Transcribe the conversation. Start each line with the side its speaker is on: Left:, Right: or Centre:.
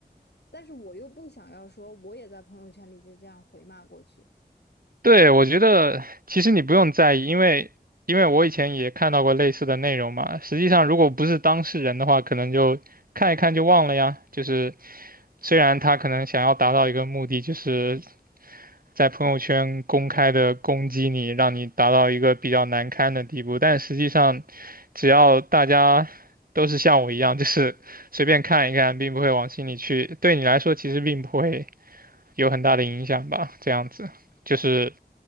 Left: 但是我又不想要说我也在朋友圈里就这样回骂过去。
Right: 对，我觉得其实你不用在意，因为因为我以前也看到过类似的内容嘛。实际上，如果不是当事人的话，可能就看一看就忘了呀，就是。虽然他可能想要达到一个目的，就是在朋友圈公开的攻击你，让你达到一个比较难堪的地步，但实际上，只要大家都是像我一样，就是随便看一看，并不会往心里去，对你来说其实并不会有很大的影响吧，这样子。就是